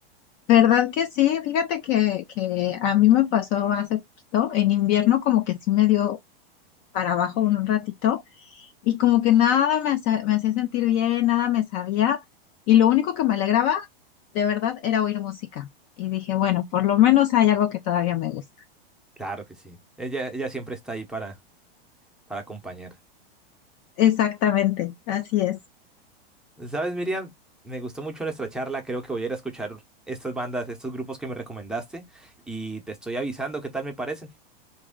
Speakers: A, on the left; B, in the centre.
A: ¿Verdad que sí? Fíjate que, que a mí me pasó hace poquito, en invierno como que sí me dio para abajo un ratito y como que nada me hacía, me hacía sentir bien, nada me sabía y lo único que me alegraba de verdad era oír música. Y dije, bueno, por lo menos hay algo que todavía me gusta.
B: Claro que sí. Ella, ella siempre está ahí para, para acompañar.
A: Exactamente, así es.
B: ¿Sabes, Miriam? Me gustó mucho nuestra charla. Creo que voy a ir a escuchar estas bandas, estos grupos que me recomendaste y te estoy avisando qué tal me parecen.